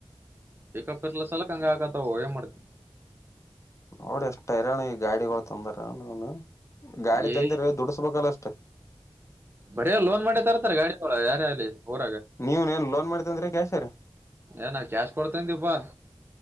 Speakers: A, on the right; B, on the left.
A: ಪಿಕಪ್ ಇರ್ಲ್ಲ ಸಲಕ್ ಹಂಗ ಆಗತ್ತ ಏನ್ ಮಾಡ್ತ
B: ನೋಡಿ ಎಷ್ಟ ಇರಾನ ಈ ಗಾಡಿಗಳು ತಂದಾರ ನ ಗಾಡಿ
A: ಏ
B: ತಂದಿರ ದುಡಸ್ಬೇಕಲ್ಲ ಅಷ್ಟ ತ್ತ
A: ಬರೇ ಲೋನ್ ಮಾಡಿ ತರ್ತಾರ ಗಾಡಿ ಯಾರೇ ಅಲ್ಲಿ ಊರಾಗ
B: ನೀವ್ನೇನ್ ಲೋನ್ ಮಾಡಿ ತಂದ್ರಿ ಕ್ಯಾಶ್ ರೀ
A: ಏನ ಕ್ಯಾಶ್ ಕೊಡ್ತನ್ಪಾ